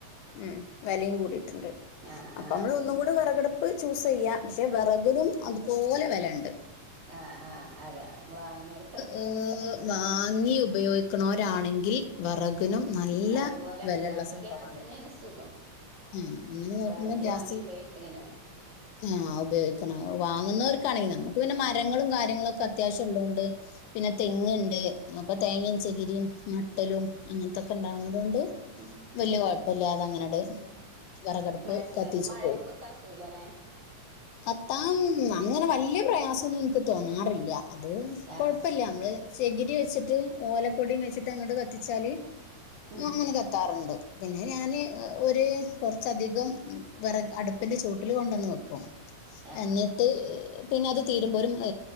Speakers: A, on the left; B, on the right.
A: ഉം വെലയും കൂടി. ണ്ട്
B: ആഹ്
A: അപ്പ
B: ആഹ്
A: നമ്മള് ഒന്നും കൂടെ വിറകടുപ്പ് ചൂസ് ചെയ്യാം ഷെ വിറകിലും അതുപോലെ വെലണ്ട്.
B: ആ ആ അതെ വാങ്ങണോർക്ക്‌
A: ഏഹ് വാങ്ങി ഉപയോഗിക്കൊണോരാണെങ്കിൽ വെറകിനും നല്ല
B: അതുപോലെണ്ട്
A: വെലള്ള
B: അപ്പൊ
A: സംഭവാണ്
B: ഗ്യാസെന്നേണ് സുഖം
A: ആ അങ്ങനെ നോക്കുമ്പ
B: വെറക്
A: ഗ്യാസ്
B: വാങ്ങി ഉപയോഗിക്കണേനാണ്
A: ആ ഉപയോഗിക്കണം വാങ്ങുന്നോർ ക്കാണി നമ്മ ക്കു പിന്നെ മരങ്ങളും കാര്യങ്ങളൊക്കെ അത്യാവിശ്യം ഉള്ളോണ്ട് പിന്നെ തെങ്ങ്ണ്ട് അപ്പ തേങ്ങേ ചകിരിയും മട്ടലും അങ്ങെൻത്തൊക്കെണ്ടാവണതോണ്ട്
B: ഉം
A: വെല്ല്യ കൊഴപ്പില്ലാതങ്ങനെട്
B: ഉം
A: വെറകടുപ്പ്
B: മറ്റേലൊന്നും
A: കത്തിച്ച്
B: മഴയാവുമ്പോ
A: പോം.
B: കത്തൂലല്ലേ
A: കത്താം അങ്ങനെ വല്ല്യ പ്രയാസൊന്നും എനിക്ക് തോന്നാറില്ല. അത് കൊഴപ്പില്ല
B: ആഹ്
A: മ്മള് ചെകിരി വെച്ചിട്ട് ഓലക്കൊടിം വെച്ചിട്ട് അങ്ങട് കത്തിച്ചാല്
B: ഉം
A: അങ്ങനെ കത്താറ്ണ്ട്. പിന്നെ ഞാന് ഒര് കൊറച്ചധികം വെറക് അടുപ്പിന്റെ ചോട്ടില് കൊണ്ടന്ന് വെക്കും.
B: ആഹ്
A: അന്നിട്ട് ഇ പിന്നത് തീരുമ്പോലും അ